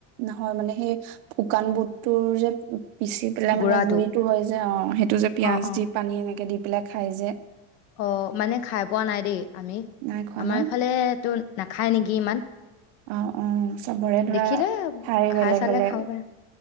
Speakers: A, on the right; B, on the left.
A: নহয় মানে সেই শুকান বুটটোৰ যে পিচি পেলাই
B: গুড়াটো
A: মানে গুৰিতটো হয় যে অ সেইটো যে পিয়াজ
B: অ' অ'
A: দি পানী এনেকে দি এই পেলাই খাই যে
B: অ মানে খাই পোৱা নাই দেই আমি
A: নাই খোৱা
B: আমাৰ
A: ন
B: এইফালে তটো নাখায় নেকি ইমান
A: অ অ চবৰে ধৰা
B: দেখিলে
A: ঠাই
B: খাই
A: বেলেগ
B: চালে
A: বেলেগ
B: খাব পাৰে